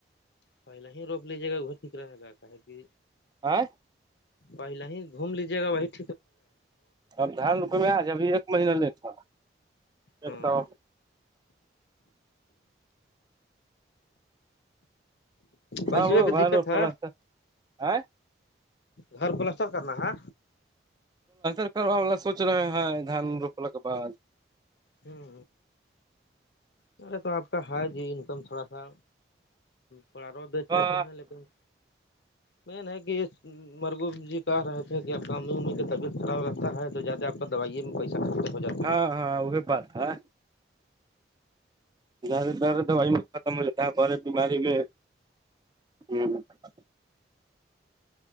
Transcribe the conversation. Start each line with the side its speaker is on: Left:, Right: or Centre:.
Left: پہلا ہی روک لیجے گا وہ ٹھیک رہے گا کہے کہ
Right: آئ <unintelligible>
Left: پہل ہی گھوم لیجیے گا بھائی <unintelligible>
Right: اب دھان رکویاج ابھی ایک مہین لی تھا ایک
Left: ہوں
Right: سو ہاں
Left: پیسے
Right: بولو
Left: کی
Right: گ
Left: دقت ہے
Right: پلانتا آ
Left: گھر پلسٹر کرنا ہے
Right: ر کراءا سوچ رہے ہے دان روپل کے بعد
Left: ہوں ہ ارے تو آپ کا ہر جی انکم تھوڑا سا پڑ رہو بیچ
Right: ہاں
Left: لیتے ہیں لیکن مین ہے کہ اس مرگغوب جی کہہ رہے تھے کہ آپ کاممی امر کی طبیعت خراب رگتا ہے تو زیادہ آپ کا دوائیے میں پیسہ خرچ ہو جائےا <unintelligible>
Right: ہاں ہاں وہی بات ہے زد در دوائی میں ختم ہو ج <unintelligible> ت پر بیماری میں ہوں <unintelligible>